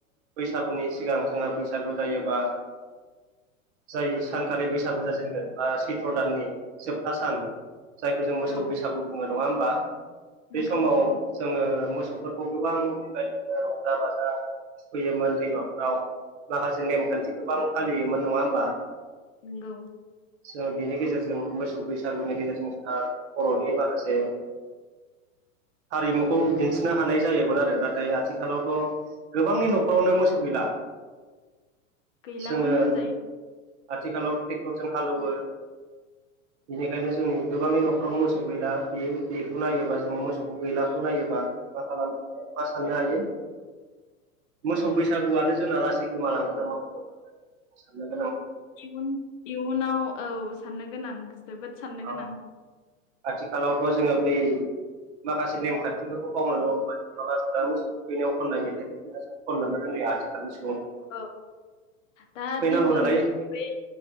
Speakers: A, on the right; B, on the left.
A: बैसागुनि सिगां जोंहा बैसागु जायोबा जाय सानखालि बैसागु जाजेनगोन बा सैथ्र' दाननि जोबथा सान जायखौ जों मोसौ
B: औ
A: बैसागु बुङो नङा होमबा बे
B: नंगौ
A: समाव
B: नंगौ
A: जोङो मोसौफोरखौ गोबां बेबायदिनो रंजा बाजा थुखैयोमोन दैमाफोराव माखासे नेमखान्थि गोबां फालियोमोन नङा होमबा
B: नोंगौ
A: जों बेनि गेजेरजों मोसौ बैसागुनि गेजेरजों जोंहा बर'नि माखासे हारिमुखौ दिन्थि नो हानाय जायोमोन आरो नाथाय आथिखालावथ' गोबांनि न'खरावनो मोसौ गैला
B: गैलाखौनो
A: जोङो
B: होनजायो
A: आथिखालाव ट्रेक्टरजों हालौवो। बेनिखायनो जोंङो गोबांनि न'खराव मोसौ गैला बे-बेखौ नायोबा जोङो मोसौखौ गैलाखौ नायोब्ला मा खालाम मा साननो हायो। मोसौ बैसागुआनो जोंना लासै गोमालांगोन नामा बेखौ सानो।
B: इयुन इयुनाव औ साननो गोनां जोबोद साननो
A: औ
B: गोनां।
A: आथिखालावथ' जोङो बै माखासे नेमखान्थिफोरखौ बावननानै हमबाय नङाबा जोंना मोसौ थुखैनायाव खननाय मेथाइखौ जों खननो रोङै आथिखालनि सुबुं
B: औ दा
A: थुखैनांगौ
B: दिगलि
A: नालाय
B: बै